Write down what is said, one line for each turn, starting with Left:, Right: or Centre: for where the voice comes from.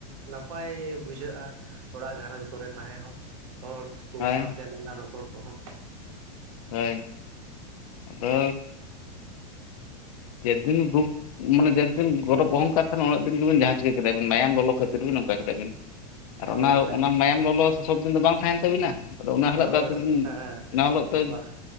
Right: ᱱᱟᱯᱟᱭ ᱵᱩᱡᱷᱟᱹᱜ-ᱟ ᱾ ᱚᱲᱟᱜ ᱜᱷᱟᱨᱚᱸᱡᱽ ᱠᱚᱨᱮ, ᱛᱟᱦᱮᱸ ᱦᱚᱸ ᱦᱚᱲ ᱾ ᱠᱩ,
Left: ᱦᱳᱭ
Right: ᱥᱟᱶᱛᱮ ᱞᱟᱸᱫᱟ ᱨᱚᱯᱚᱲ ᱠᱚᱦᱚᱸ ᱾
Left: ᱦᱳᱭ, ᱟᱫᱚ ᱡᱮᱫᱤᱱ ᱨᱩᱯ <unintelligible> ᱢᱟᱱᱮ, ᱡᱮ ᱫᱤᱱ ᱜᱚᱨᱚᱵᱽ ᱚᱦᱚᱝᱠᱟᱨ ᱛᱟᱦᱮᱱᱟ ᱾ ᱩᱱᱟᱹᱜ ᱫᱤᱱ ᱜᱮᱵᱤᱱ, ᱡᱟᱦᱟᱸ ᱪᱤᱠᱟᱹ ᱠᱮᱫᱟ ᱵᱤᱱ, ᱢᱟᱭᱟᱢ ᱞᱚᱞᱚ ᱠᱷᱟᱹᱛᱤᱨ ᱵᱤᱱ, ᱚᱱᱠᱟ ᱠᱮᱫᱟ ᱵᱤᱱ ᱾ ᱟᱨ ᱚᱱᱟ,
Right: ᱵᱟᱠᱷᱟᱡ
Left: ᱚᱱᱟ
Right: ᱫᱚ
Left: ᱢᱟᱭᱟᱢ ᱞᱚᱞᱚ, ᱥᱚᱵ ᱫᱤᱱ ᱫᱚ ᱵᱟᱝ ᱛᱟᱦᱮᱱ, ᱛᱟᱹᱵᱤᱱᱟ ᱟᱫᱚ ᱾ ᱚᱱᱟ ᱦᱤᱞᱳᱜ
Right: ᱦᱳᱭ
Left: ᱫᱚ <unintelligible>
Right: ᱦᱮᱸ
Left: ᱴᱤᱠ,
Right: ᱵᱟᱠ